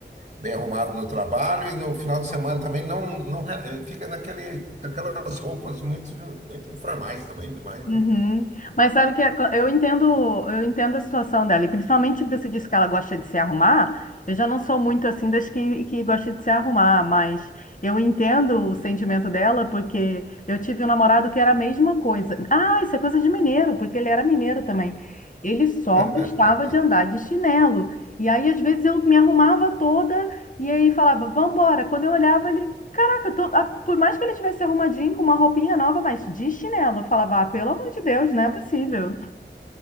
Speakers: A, on the right; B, on the left.
A: bem arrumada no trabalho e no final de semana também não, não re- fica naquele, aquelas roupas muito, muito formais também, demais,
B: Uhum.
A: né?
B: Mas sabe que a- eu entendo, eu entendo a situação dela, e principalmente que você disse que ela gosta de se arrumar. Eu já não sou muito assim das que, que gosta de se arrumar, mas eu entendo o sentimento dela, porque eu tive um namorado que era a mesma coisa. Ah, isso é coisa de mineiro, porque ele era mineiro também. Ele só
A: <laughs>
B: gostava de andar de chinelo. E aí, às vezes, eu me arrumava toda e aí falava, vambora. Quando eu olhava, ele Caraca, to- ah, por mais que ele tivesse arrumadinho com uma roupinha nova, mas de chinelo, eu falava, ah, pelo amor de Deus, não é possível.